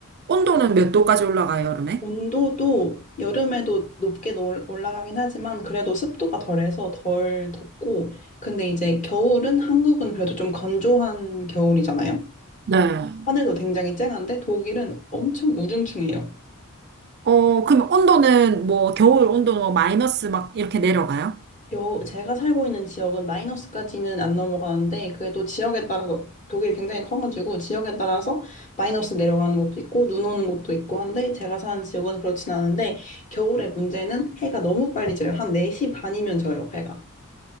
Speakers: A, on the right; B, on the left.
A: 온도는 몇 도까지 올라가요, 여름에?
B: 온도도 여름에도 높게 놀- 올라가긴 하지만 그래도 습도가 덜해서 덜 덥고 근데 이제 겨울은 한국은 그래도 좀 건조한 겨울이잖아요.
A: 네.
B: 하늘도 굉장히 쨍한데 독일은 엄청 우중충해요.
A: 어, 그럼 온도는 뭐 겨울 온도는 뭐 마이너스 막 이렇게 내려가요?
B: 여, 제가 살고 있는 지역은 마이너스까지는 안 넘어가는데 그게 또 지역에 따라서 독일이 굉장히 커가지고 지역에 따라서 마이너스 내려가는 것도 있고 눈 오는 것도 있고 한데 제가 사는 지역은 그렇진 않은데 겨울의 문제는 해가 너무 빨리 져요. 한 4시 반이면 져요, 해가.